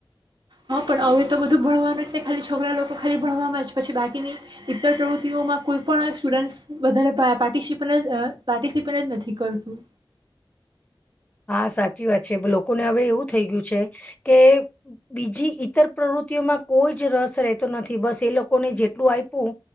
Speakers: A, on the right; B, on the left.
A: હા પણ હવે તો બધું ભણવાનું જ છે ખાલી છોકરા લોકો ખાલી ભણવામાં જ પછી બાકીની ઈતર પ્રવૃત્તિઓમાં કોઈ પણ સ્ટુડન્ટસ વધારેે પાર્ટીસીપલ હ પાર્ટીસીપલ જ નથી કરતું.
B: હા સાચી વાત છે. લોકોને હવે એવું થઈ ગયું છે કે બીજી ઈતર પ્રવૃત્તિઓમાં કોઈ જ રસ રતો નથી બસ એ લોકોને જેટલું આપવું